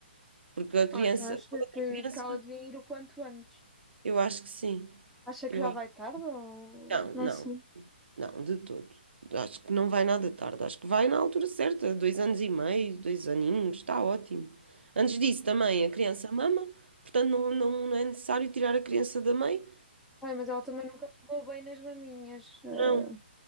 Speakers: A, on the right; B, in the centre.
A: Porque a criança,
B: Ah, então acha
A: a outra
B: que,
A: criança,
B: que ela devia ir o quanto antes?
A: eu acho que sim.
B: Acha que
A: Eu
B: já
A: acho,
B: vai tarde ou
A: não,
B: não
A: não,
B: sei?
A: não, de todo. Acho que não vai nada tarde, acho que vai na altura certa, dois anos e meio, dois aninhos, está ótimo. Antes disso também a criança mama, portanto não, não, não é necessário tirar a criança da mãe,
B: Ai, mas ela também nunca pegou bem nas maminhas. Ah,
A: não,